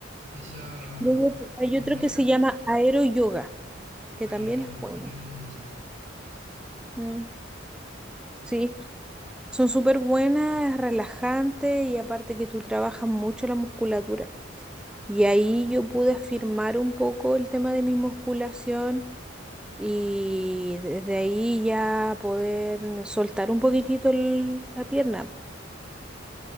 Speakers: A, on the right; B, in the centre.
A: Esa
B: Luego Hay
A: muy
B: otro
A: buena
B: que se llama aero yoga que
A: aeroyoga,
B: también es bueno.
A: mira qué interesante.
B: Mm, sí, son súper buenas, es relajante y aparte que tú trabajas mucho la musculatura. Y ahí yo pude afirmar un poco el tema de mi musculación y desde ahí ya poder soltar un poquitito el- la pierna.